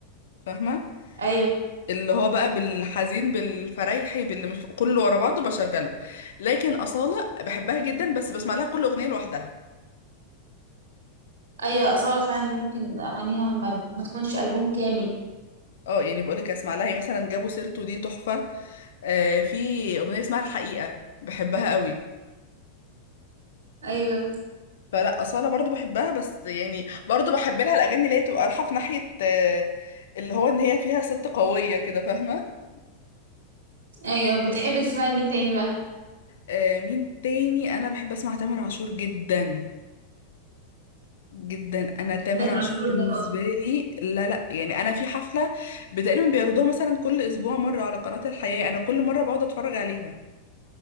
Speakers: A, on the left (about 60°); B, on the right (about 55°).
A: فاهمة
B: ايوه
A: اللي هو بقى بالحزين بالفريحي باللي مش كله ورا بعضه بشغله لكن أصالة بحبها جدا بس بسمع لها كل أغنية لوحدها
B: ايوه اصاله فعلا ممكن اغانيها ما, ما تكونش البوم كامل
A: اه يعني بقولك اسمع لها يعني مثلا جابوا سيرته دي تحفة آه في أغنية اسمها الحقيقة بحبها قوي
B: ايوه
A: فلا أصالة برضو بحبها بس يعني برضو بحب لها الأغاني اللي هي بتبقى رايحة في ناحية آه اللي هو إن هي فيها ست قوية كده فاهمة
B: ايوه بتحبي تسمعي لمين تاني بقى
A: آه مين تاني أنا بحب أسمع تامر عاشور جدا جدا انا تامر
B: تامر
A: عاشور
B: عاشور
A: بالنسبه
B: ده
A: لي لا لا يعني انا في حفله تقريبا بيعرضوها مثلا كل اسبوع مره على قناه الحياه انا كل مره بقعد اتفرج عليها